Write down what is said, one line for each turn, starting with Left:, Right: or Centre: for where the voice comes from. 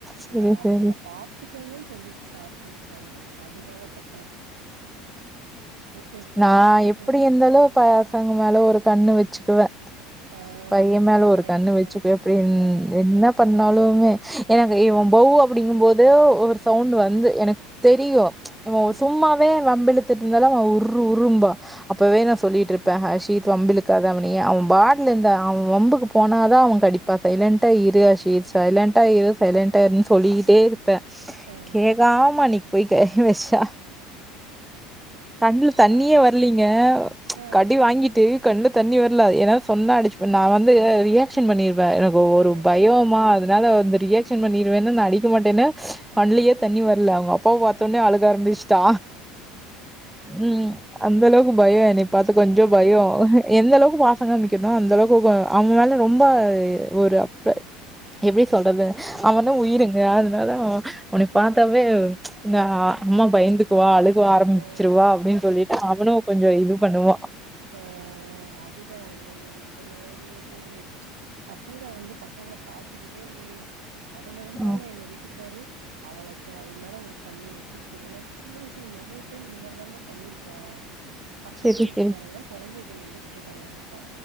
Centre: சரி,
Right: நா அவங்கள
Centre: சரி.
Right: பாத்துக்கங்கன்னு சொல்லிட்டு சாப்பிட உக்காந்தே அதுதா தப் பேசாம
Centre: நா
Right: என்ன
Centre: எப்பிடி
Right: பண்ணு
Centre: இருந்தாலு பசங்க மேல ஒரு கண்ணு வச்சுக்குவே
Right: ஆ
Centre: பைய
Right: இல்ல
Centre: மேல
Right: கரெக்ட்டு
Centre: ஒரு கண்ணு வச்சுப்பே
Right: தா
Centre: எப்பிடின்
Right: ஆ
Centre: என்ன பண்ணாலுமே எனக்கு இவ பவு அப்பிடிங்கு போது ஒரு சவுண்ட் வந்து எனக்கு தெரியு இவ
Right: ம்
Centre: உஸ் வே வம்பு இழுத்துட்டு இருந்தாலு அவ உர் உர்ரும்பா அப்பவே நா சொல்லிட்டு இருப் ப்பஹ சீத்
Right: ஆ
Centre: வம்புக்காத அவ மே அவ பாட்ல இந்தா அவ வம்புக்கு போனாதா அவ கடிப்பா சைலண்டா இரு ஹசீத் சைலண்டா இரு சைலண்டா இருன்னு சொல்லிக்கிட்டே இரு ப்ப
Right: ஆ
Centre: கேட்காம அன்னிக் போய் கையவச்சா கண்ல தண்ணியே
Right: ஆ
Centre: வர்லீங்க
Right: ஆ
Centre: கடி வாங்கிட்டு கண்ல தண்ணி வர்ல எனா சொன்னா அடிச்ச நா வந்து ரியாக்க்ஷன் பண்ணி வே எனக்கு ஒரு
Right: ஓ
Centre: பயோமா அதனால வந்து ரியாக்ஷன் பண்ணிருவேன்னு நா அடிக்க மாட்டேன்னு கண்லியே தண்ணி வரல அவ அப்பாவ பாத்தோன்னே அழுக ஆரம்பிச் தா ம் அந்தளவு க்கு பாய்யோ என்னை பாத்து கொஞ்சோ
Right: ம்
Centre: பயோ எந்த அளவுக்கு பா கமிக்கனோ அந்த அளவுக்குகோ அவ மேல ரொம்ப ஒரு அப்ற எப்பிடி சொல்றது அவனா
Right: ஆ
Centre: உயிருங்க ந்தாலு உன்னை பாத்தாலே இந்த அம்மா பயந்து குவா அழு கு ஆரம்பிச்சிருவா
Right: ஆ
Centre: அப்பிடின் சொல்லிட்டு அவுனு கொஞ்சோ இது பண்ணுவா
Right: அ அதுதா இல்ல இல்லல நெஜமாவே ம் ம் பசங்க வந்து பசங்கள பாட்டுக்கிட்டே இருக்கணுங்க அதுல இருந்தாங்க
Centre: ஆ
Right: எங்க வீட்டுக்காரு அவளப்ப அவள் மேல ஒரு கண்ணு வச்சுக்கிட்ட இரு ஏன்னா சின்ன வயசுல நெறைய டைம் இந்த மாரிதாங்க பண்ணிருக்கா பக்கத்து
Centre: செரி
Right: வீட்டுக்கு
Centre: செரி
Right: பாருங்க கொழந்தை கொண்டு வந்து விட்டுட்டாங்க என்கிட்ட